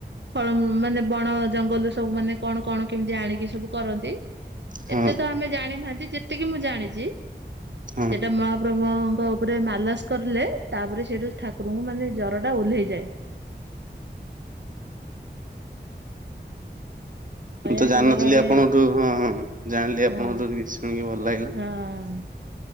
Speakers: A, on the right; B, on the right.
A: ଫଳ ମାନେ ବଣ ଜଙ୍ଗଲ ସବୁ ମାନେ କଣ କଣ କେମିତି ଆଣିକି ସବୁ କରନ୍ତି ।
B: ହଁ
A: ଏତେ ତ ଆମେ ଜାଣିନାହାନ୍ତି, ଯେତିକି ମୁଁ ଜାଣିଛି-
B: ହଁ
A: ସେଟା ମହାପ୍ରଭୁ ଙ୍କ ଉପରେ ମାଲାସ କଲେ ତାପରେ ସେଇଠୁ ଠାକୁରଙ୍କୁ ମାନେ ଜର ଟା ଓହ୍ଲେଇଯାଏ। ଜ
B: ମୁଁ ତ
A: ଆଠ
B: ଜାଣିନଥିଲି।
A: ଗରାରେ
B: ଆପଣଙ୍କଠୁ ହଁ ହଁ ଜାଣିଲି, ଆପଣଙ୍କଠୁ
A: ହଁ
B: କିଛି ଶୁଣିକି ଭଲ ଲାଗିଲା।
A: ହଁ ଅଁ